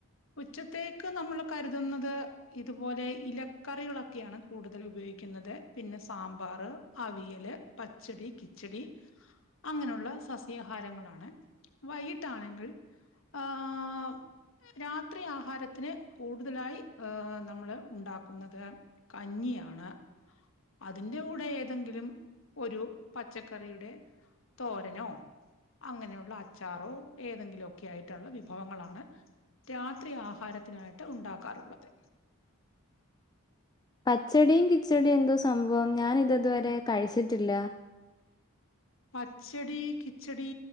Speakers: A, on the left (about 60°); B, on the left (about 20°).
A: ഉച്ചക്ക് ഉച്ചക്കത്തെക്ക് നമ്മൾ കരുതുന്നത് ഇതുപോലെ ഇലക്കറികളൊക്കെയാണ് കൂടുതൽ ഉപയോഗിക്കുന്നത് പിന്നെ സാമ്പാർ അവിയല് പച്ചടി കിച്ചടി അങ്ങനെയുള്ള സസ്യാഹാരങ്ങളാണ് വൈകിട്ടാണെങ്കിൽ ആഹ രാത്രി ആഹാരത്തിന് കൂടുതലായി രാത്രി നമ്മള് ഉണ്ടാക്കുന്നത് കഞ്ഞിയാണ് അതിറെ കൂടെ ഏതെങ്കിലും ഒരു പച്ചക്കറിയുടെ തോരനോ അങ്ങനെയുള്ള അച്ചാറോ ഏതെങ്കിലുമൊക്കെ ആയിട്ടുള്ള വിഭവങ്ങളാണ് രാത്രി ആഹാരത്തിനായിട്ട് ഉണ്ടാക്കാറുള്ളത്
B: പച്ചടിയും കിച്ചടിയും എന്ത സംഭവം ഞാൻ ഇതുവരെ കഴിച്ചിട്ടില്ല
A: പച്ചടി കിച്ചടി